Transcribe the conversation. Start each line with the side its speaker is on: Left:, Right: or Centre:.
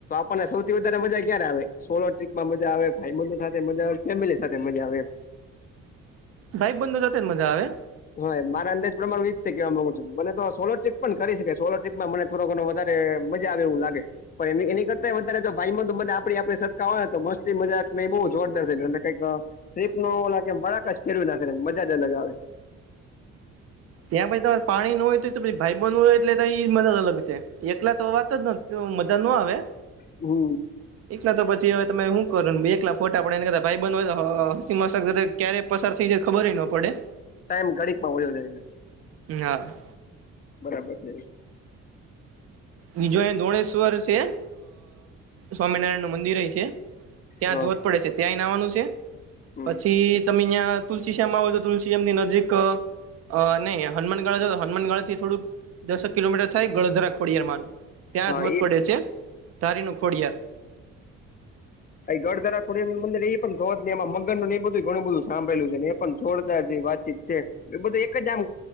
Left: પણ સૌથી વધારે મજા ક્યારે આવે, સોલો ટ્રીપમાં મજા આવે, ભાઈ-બંધ સાથે મજા આવે, ફેમિલી સાથે મજા આવે.
Right: ભાઈ-બંધો સાથે જ મજા આવે.
Left: હ, મારા અંદાજ પ્રમાણ, હું ઈ રીતે કેવા માંગુ છું, મને તો સોલો ટ્રીપ પણ કરી શકે, સોલો ટ્ર્રીપમાં મને થોડો ઘણો વધારે મજા આવે, એવું લાગે, પણ એની કર વધારે, વધારે જો ભાઈબંધ આપડી આપડી સરખા હોય ને, તો મસ્તી મજાક બઉ જોરદાર થઈ કઈક. ટ્રીપ ન લાગે, બળાકાશ ફેરવી નાખે, મજા જ અલગ આવે.
Right: ત્યાં પછી તમારે પાણી ન હોય તો, તો પછી ભાઈ-બંધ હોય, એટલે તોઈ જ મજા અલગ છે, એકલા તો વાત. તો મજા ન આવે.
Left: હમ.
Right: એકલા તો પછી હવે તમે શું કરો? એકલા ફોટા પડાય, એના કરતા ભાઈ બંધ હોય તો, હસી મજાક ક્યારે પસાર થઈ જાય ખબર ય ન પડે.
Left: ટાઈમ ઘડીક માં વયો જાય છે.
Right: હા.
Left: બરાબર છે.
Right: બીજો અહી ધોણેેશ્વર છે, સ્વામિનારાયણ નું મંદિર ય છે. ત્યાં
Left: હા
Right: ધોધ પડે છે, ત્યાં નાવાનું છે,
Left: હમ
Right: પછી તમે અહિયાં તુલસી શ્યામ આવો તો, તુલસી શ્યામ ની નજીક અ નહીં હનુનગાળા હનુમનગાળા થી થોડું દસક કિલોમીટર ત્યાં એક ગળધરા ખોડિયાર માનું ત્યાં
Left: હા
Right: ધોધ
Left: એ
Right: પડે છે, ધારી નુ ખોડિયાર.
Left: ઘર ધરા કોુંંદર એ પણ થો જહી, એમાં મગનનું એ બધું ઘણું બધું સાંભળેલું છે, એ પણ જોરદાર જેત. ઠીક છે, એ બધું એક જ આમ